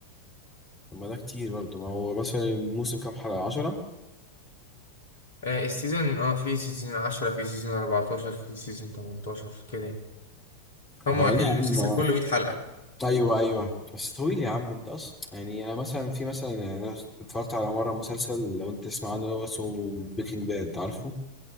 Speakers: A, on the left (about 15°); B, on the left (about 55°).
A: طب ما ده كتير برضه ما هو مثلا الموسم كام حلقة 10
B: آه، السيزون اه في سيزون 10 في سيزون 14 في سيزون 18 كده يعني هما
A: اه لا
B: المسلسل
A: يا عم آه.
B: كله 100 حلقة
A: ايوه ايوه بس طويل يا عم انت اصلا يعني انا مثلا في مثلا يعني انا اتفرجت على مره مسلسل لو انت تسمع عنه اللي هو اسمه بريكنج باد عارفه